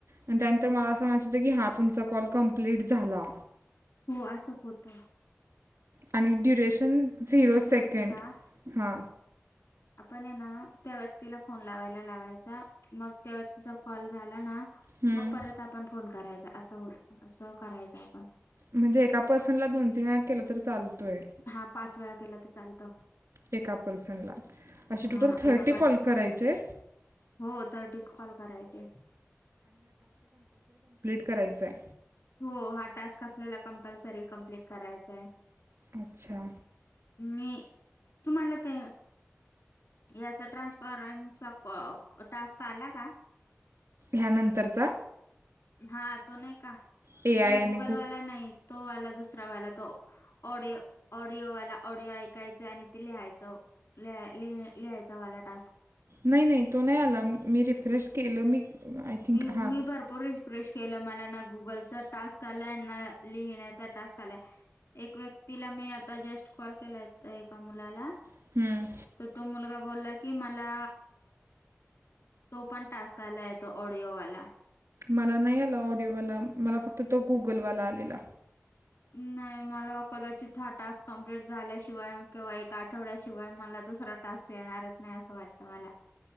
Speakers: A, on the right; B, on the left.
A: आणि त्यानंतर मला असं म्हणायचं होतं की हा तुमचा कॉल कंप्लीट झाला.
B: हो असं होत.
A: आणि ड्युरेशन झिरो सेकंड
B: माहिती का
A: हा.
B: आपण आहे ना त्या व्यक्तीला फोन लावायला लावायचा मग त्या व्यक्तीचा कॉल झाला ना..
A: हम्म.
B: मग परत आपण फोन करायचा असं होत असं करायचं आपण.
A: म्हणजे एका पर्सनला दोन तीन वेळा केलं तर चालतोय
B: हा पाच वेळा केला तर चालतं.
A: एका पर्सनला असे
B: हा
A: टोटल थर्टी
B: एका पर्सन
A: कॉल करायचे आहेत.
B: हो तर टीच कॉल करायचे.
A: करायचंय..
B: हो हा टास्क आपल्याला कंपल्सरी कम्प्लीट करायचा आहे.
A: अच्छा.
B: मी तुम्हाला ते याचा ट्रान्सफरम चा टास्क आला का
A: ह्यानंतरचा
B: हा तो नाही का
A: ए आय
B: नाही
A: आणि
B: गुगल वाला नाही तोवाला दुसरा वाला तो ऑडि ऑडिओवाला ऑडिओ ऐकायच आणि ते लिहायचं ल लिहायचा वाला टास्क
A: नाही नाही तो नाही आला मी रिफ्रेश केल मी आय थिंक
B: मी
A: हां
B: मी भरपूर प्रेश केलं मला ना गुगलचा टास्क आलाय ना लिहिण्याचा टास्क आलाय एक व्यक् तिला मी आता जस्ट कॉल केलाय एका मुलाला
A: हम्म.
B: तर तो मुलगा बोला की मला तो पण टास्क आला येतो ऑडिओवाला
A: मला नाही आला ऑडिओवाला मला फक्त तो गुगलवाला आलेला
B: नाही मला कदाचित हा टास्क कंप्लीट झाल्याशिवाय किंवा एक आठवड्याशिवाय मला दुस टास्क येणारच नाही अस वाटत मला